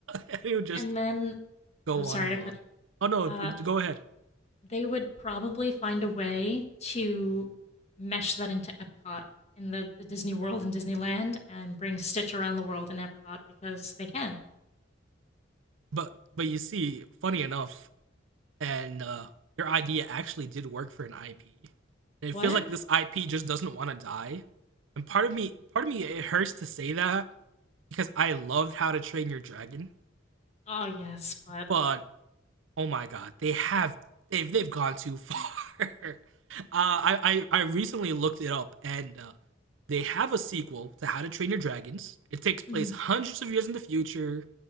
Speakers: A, on the right; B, on the left.
A: and it would just
B: And then,
A: go
B: I'm oh, sorry
A: on and
B: to
A: on.
B: cut.
A: Oh no,
B: Uh,
A: go ahead.
B: they would probably find a way to mesh that into Epcot in the, the Disney World and Disneyland and bring Stitch around the world in Epcot because they can.
A: But but you see, funny enough, and uh, your idea actually did work for an IP. And
B: What?
A: it feels like this IP just doesn't want to die. And part of me, part of me, it hurts to say that because I loved How to Train Your Dragon,
B: Oh, yes, but.
A: but Oh my god, they have they've they've gone too far. <laughs> uh, I, I I recently looked it up, and uh, they have a sequel to How to Train Your Dragons. It takes place
B: mhm,
A: hundreds of years in the future.